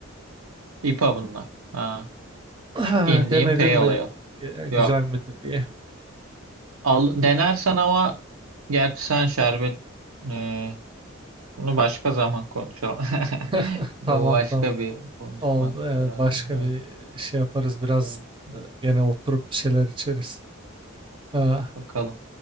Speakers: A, on the right (about 85°); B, on the right (about 25°).
A: IPA bunlar. Ha.
B: <clears throat>
A: Indian
B: Denedin
A: Pale Ale.
B: mi? E, Güzel
A: Yok.
B: midir diye.
A: Al, denersen ama gerçi sen şerbet e, Bunu başka zaman konuşalım. <laughs>
B: <laughs>
A: Bu
B: Tamam
A: başka
B: tamam.
A: bir konuşma
B: Oldu. evet.
A: herhalde.
B: başka
A: Evet,
B: bir şey yaparız. Biraz
A: evet.
B: e,
A: evet.
B: gene oturup bir şeyler içeriz. Ha.
A: Bakalım.